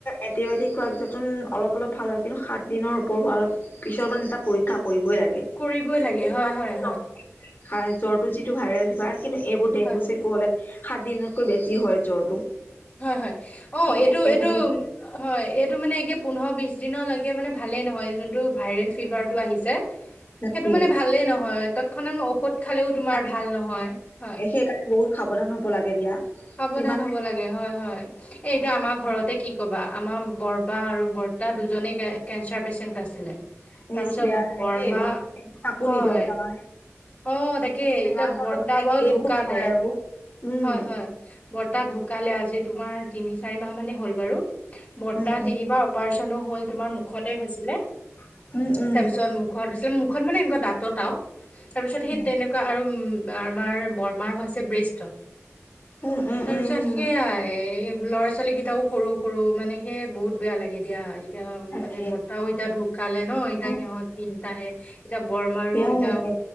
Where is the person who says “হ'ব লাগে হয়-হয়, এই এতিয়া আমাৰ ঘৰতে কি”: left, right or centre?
Left